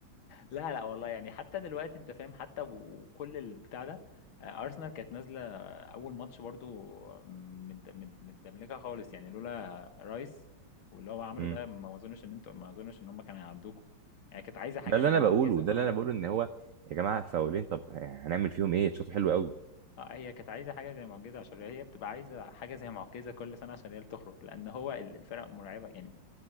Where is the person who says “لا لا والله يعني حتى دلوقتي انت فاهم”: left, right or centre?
Left